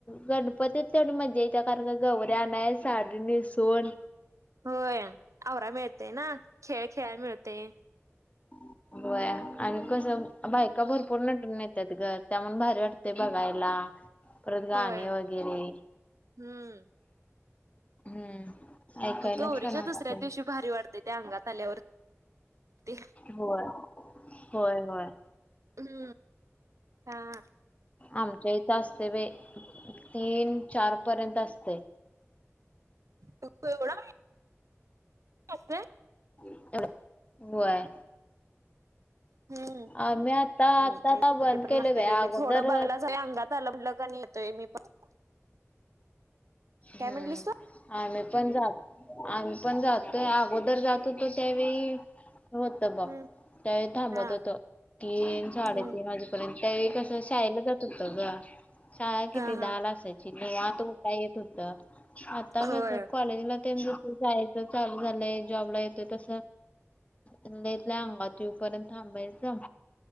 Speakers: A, on the left; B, on the right.
A: गणपती तेवढी मजा येत्या, कारण का गवऱ्या आनाय साडी नस सून
B: होय, आवराय मिळतेय ना? खेळ खेळाय मिळतय!
A: होय, आणि कसं बायका भरपूर नटून येत्यात ग त्यामुळ भारी वाटतंय बघायला. परत गाणे
B: होय
A: वगैरे
B: हम्म
A: हम्म. ऐकायला
B: गौरीच्या
A: छान वाटतं.
B: दुसऱ्या दिवशी भारी वाढते त्या अंगात आल्यावर. ते
A: होय होय होय
B: हम्म हा.
A: आमच्या इथं असते बाई, तीन चार पर्यंत असते.
B: तू एवढ <inaudible> आ <inaudible>
A: हो होय
B: हम्म,
A: आम्ही आता
B: आमच्या
A: आता आता
B: हित
A: बंद
B: किती पर्यंत
A: केले
B: असतय बाई, मी
A: अगोदर
B: थोडं बघला ते अंगात आला म्हणलं की मी पण येतो.
A: हम्म,
B: म्हटलीस तू
A: आम्ही पण जात आम्ही पण जात अगोदर जातोतो त्यावेळी होत बघ,
B: हम्म
A: त्यावेळी थांबत
B: हा
A: होतो तीन साडेतीन
B: हम्म
A: वाजे यंत त्यावेळी कसं शाळेला जात होतं ग, शाळा किती
B: हा हा
A: दहा ला असायचं. निवांत उठाव येत होत, आता कस
B: होय
A: कॉलेजला ते जस जायच चालू झालंय, जॉबला येतोय तस लयत लय अंगात ये पर्यंत थांबायचं.